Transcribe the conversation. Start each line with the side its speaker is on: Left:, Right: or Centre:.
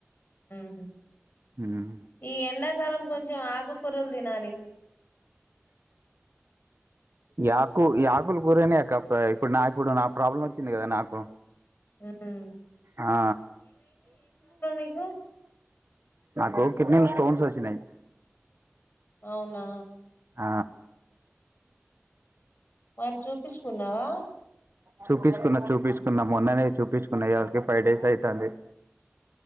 Left: మ్ హూ
Right: ఉమ్.
Left: ఈ ఎండాకాలం కొంచెం ఆకుకూరలు తినాలి
Right: యాకు యాకులు కూరనేక పై ఇప్పుడు నా ఇప్పుడు నా ప్రాబ్లం వచ్చింది కదా నాకు
Left: ఉమ్
Right: అ
Left: నీకు
Right: నాకు కిడ్నీల స్టోన్సొచ్చినయి
Left: అవునా
Right: ఆ
Left: మరి చూపిచ్చుకున్నావా
Right: చూపిచ్చుకున్న చూపిచ్చుకున్న మొన్ననే చూపిచ్చుకున్న ఇయాళకి ఫైవ్ డేస్ ఐతాంది